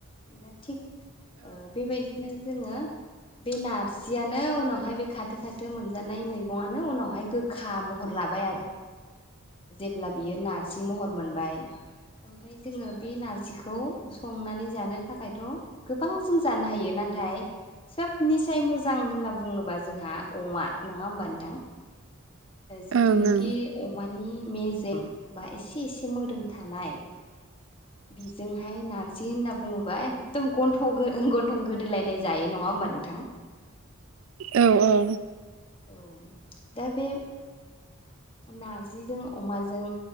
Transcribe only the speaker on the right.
<inaudible>
ओं
<inaudible>
औ औ